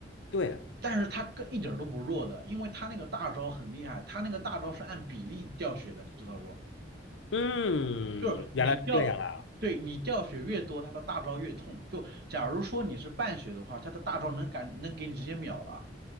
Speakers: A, on the left; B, on the right.
A: 对，
B: 但是他跟一点儿都不弱的，因为他那个大招很厉害，他那个大招是按比例掉血的，你知道不？
A: 嗯，
B: 就是你掉，
A: 原来是这样啊！
B: 对你掉血越多，他的大招越痛。就假如说你是半血的话，他的大招能敢能给你直接秒了。